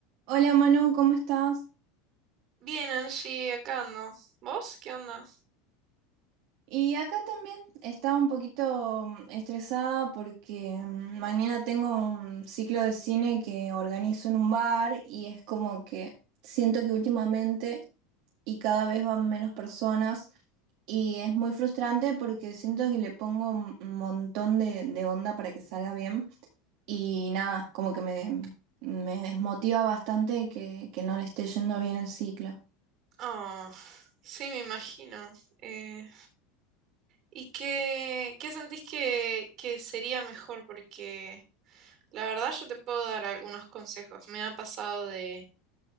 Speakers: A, on the right (about 60°); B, on the right (about 45°).
A: Hola Manu, ¿cómo estás?
B: Bien, Angie, acá ando. ¿Vos qué onda?
A: Y acá también estaba un poquito mm, estresada porque mm, mañana tengo un ciclo de cine que organizo en un bar y es como que siento que últimamente y cada vez van menos personas y es muy frustrante porque siento que le pongo un montón de, de onda para que salga bien y nada, como que me, me desmotiva bastante que, que no le esté yendo bien el ciclo.
B: Oh, sí, me imagino. Eh, ¿y qué, qué sentís que, que sería mejor? Porque la verdad yo te puedo dar algunos consejos. Me ha pasado de,